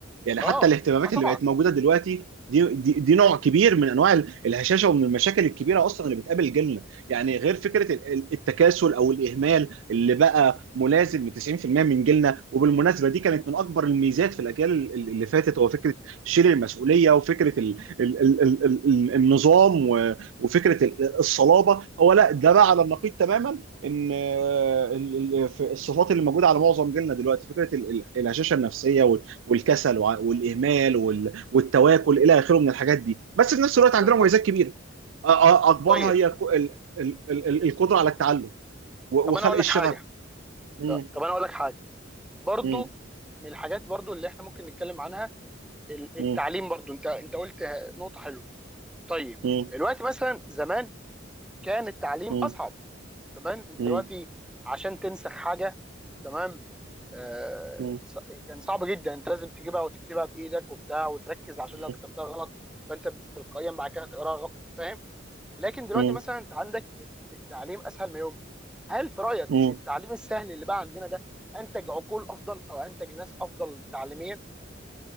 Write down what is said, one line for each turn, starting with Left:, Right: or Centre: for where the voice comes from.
Right: يعني حتى
Centre: اه
Right: الاهتمامات
Centre: اه طبعا
Right: اللي بقت موجوده دلوقتي دي دي, دي نوع كبير من انواع ال- الهشاشه ومن المشاكل الكبيره اصلا اللي بتقابل جيلنا يعني غير فكره ال- ال- التكاسل او الاهمال اللي بقى ملازم ل 90% من جيلنا وبالمناسبه دي كانت من اكبر الميزات في الاجيال ال- ال- اللي فاتت هو فكره شيل المسؤوليه وفكره ال ال ال ال ال ال- النظام و- وفكره ال- الصلابه هو لا ده بقى على النقيض تماما ان آه، ال- ال- في الصفات اللي موجوده على معظم جيلنا دلوقتي فكره ال- ال- الهشاشه النفسيه والكسل وع- والاهمال وال- والتواكل الى اخره من الحاجات دي بس في نفس الوقت عندنا
Centre: بالظبط
Right: مميزات كبيره أ- أ- اكبرها
Centre: طيب
Right: هي ك- ال- ال- ال- ال- القدره على التعلم و-
Centre: طب
Right: وخلق
Centre: انا اقول
Right: الشغف
Centre: لك حاجه
Right: مم.
Centre: ط- طب انا اقول لك حاجه برضو
Right: مم.
Centre: من الحاجات برضو اللي احنا ممكن نتكلم عنها ال- التعليم
Right: مم.
Centre: برضو انت انت قلت نقطه حلوه طيب
Right: مم.
Centre: دلوقتي مثلا زمان كان التعليم
Right: مم.
Centre: اصعب تمام انت
Right: مم.
Centre: دلوقتي عشان تنسخ حاجه تمام آه
Right: مم.
Centre: ص- كان صعب جدا انت لازم تجيبها وتكتبها بايدك وبتاع وتركز عشان
Right: مم.
Centre: لو كتبتها غلط فانت تلقائيا بعد كده تقراها غلط فاهم لكن دلوقتي
Right: مم.
Centre: مثلا انت عندك التعليم اسهل ما يمكن هل في رايك
Right: مم.
Centre: التعليم السهل اللي بقى عندنا ده انتج عقول افضل او انتج ناس افضل تعليميا